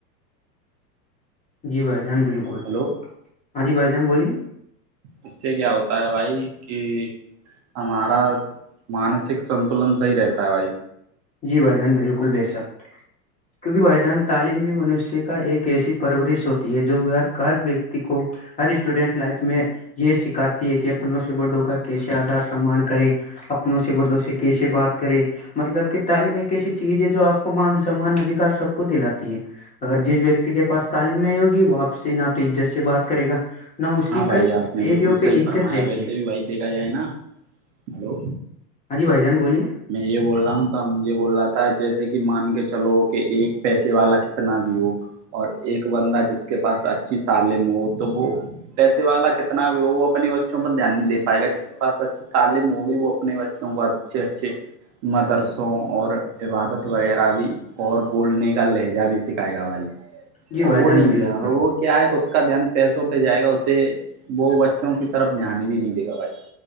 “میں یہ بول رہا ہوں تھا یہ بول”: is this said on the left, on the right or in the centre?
Right